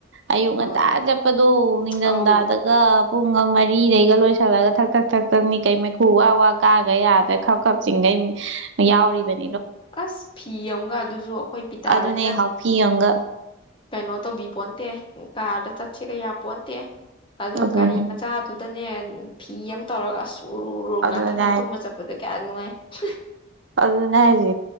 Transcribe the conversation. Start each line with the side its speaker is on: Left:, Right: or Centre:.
Right: ꯑꯌꯨꯛ ꯉꯟꯇꯥ
Left: ꯍꯣꯏ
Right: ꯆꯠꯄꯗꯣ ꯅꯤꯡꯊꯝꯊꯥꯗꯒ
Left: ꯑꯧ
Right: ꯄꯨꯡ ꯑꯃ ꯃꯔꯤꯗꯩꯒ ꯂꯣꯏꯁꯤꯜꯂꯒ ꯊꯛ ꯊꯛ ꯊꯛ ꯊꯛꯅꯤ ꯀꯩ ꯃꯩꯈꯨ ꯋꯥ ꯋꯥ ꯀꯥꯒ ꯌꯥꯗ ꯈꯞ ꯈꯞ ꯆꯤꯡꯒꯩ ꯌꯥꯎꯔꯤꯕꯅꯤ
Left: ꯑꯁ ꯐꯤ ꯑꯃꯒ ꯑꯗꯨꯁꯨ ꯑꯩꯈꯣꯏ ꯄꯤꯇꯥꯁꯤꯅ
Right: ꯑꯗꯨꯅꯦ ꯍꯥꯎꯄꯤ ꯆꯪꯒ
Left: ꯀꯩꯅꯣ ꯇꯧꯕꯤ ꯄꯣꯟꯇꯦ ꯀꯥꯔꯗ ꯆꯠꯁꯤ ꯀꯌꯥ ꯄꯣꯟꯇꯦ ꯑꯣ
Right: ꯑꯗꯨꯅꯦ
Left: ꯒꯥꯔꯤ ꯃꯆꯥ ꯗꯅꯦ ꯐꯤ ꯑꯃ ꯇꯧꯔꯒ ꯑꯁ ꯎꯔꯔꯣꯛ
Right: ꯑꯗꯨꯅꯦ
Left: ꯉꯅꯥꯊꯅ ꯇꯨꯝꯕ ꯆꯠꯄꯗꯣ ꯀꯌꯥ ꯅꯨꯡꯉꯥꯏ <unintelligible>
Right: ꯑꯗꯨ ꯑꯗꯨꯅ ꯍꯥꯏꯔꯤ